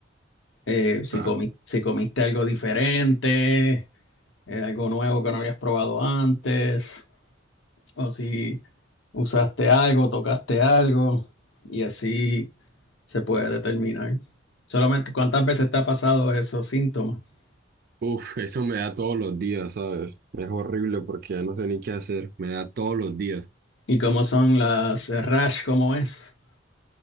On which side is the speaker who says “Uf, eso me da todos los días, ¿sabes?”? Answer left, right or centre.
Right